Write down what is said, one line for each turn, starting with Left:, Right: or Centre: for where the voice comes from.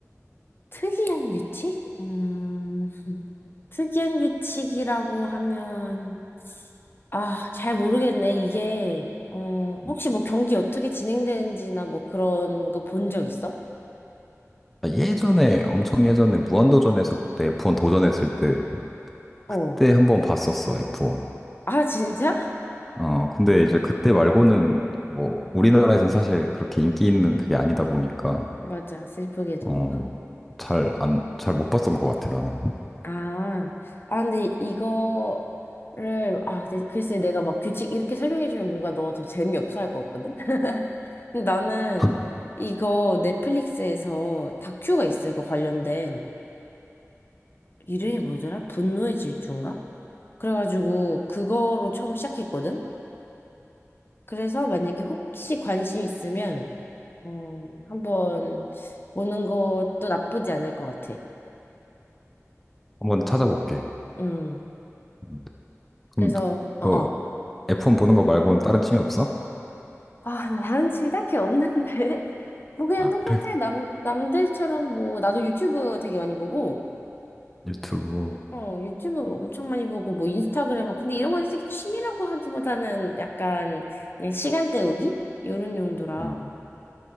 Left: 특이한 규칙? 음, <laughs> 특이한 규칙이라고 하면, 아, 잘 모르겠네. 이게, 어, 혹시
Centre: 음.
Left: 뭐 경기 어떻게 진행되는지나 뭐 그런 거 본 적 있어?
Centre: 아, 예전에 엄청 예전에 무한도전에서 그때 F1 도전했을 때
Left: 어.
Centre: 그때 한번 봤었어 F1.
Left: 아, 진짜?
Centre: 어 근데 이제 그때 말고는 뭐 우리나라에선 사실 그렇게 인기 있는 그게 아니다 보니까
Left: 맞아, 슬프게도.
Centre: 어, 잘 안, 잘 못 봤던 것 같아, 나는.
Left: 아, 아, 근데 이거를, 아, 근데 글쎄 내가 막 규칙 이렇게 설명해주면 뭔가 너가 더 재미없어 할 것 같거든? <laughs> 근데 나는
Centre: <laughs>
Left: 이거 넷플릭스에서 다큐가 있어, 이거 관련된. 이름이 뭐더라? 분노의 질주인가? 그래가지고 그거로 처음 시작했거든? 그래서 만약에 혹시 관심 있으면, 어, 한번 보는 것도 나쁘지 않을 것 같아.
Centre: 한 번 찾아볼게.
Left: 음,
Centre: 음, 그럼
Left: 그래서,
Centre: 그
Left: 어어.
Centre: F1 보는 거 말고는 다른 취미 없어?
Left: 아, 나 다른 취미 딱히 없는데? <laughs> 뭐 그냥
Centre: 아,
Left: 똑같아.
Centre: 그래?
Left: 남, 남들처럼 뭐, 나도 유튜브 되게 많이 보고,
Centre: 유튜브.
Left: 어, 유튜브 엄청 많이 보고, 뭐 인스타그램, 하고. 근데 이런 건 사실 취미라고 하기보다는 약간 그냥 시간 때우기? 이런 용도라.
Centre: 음.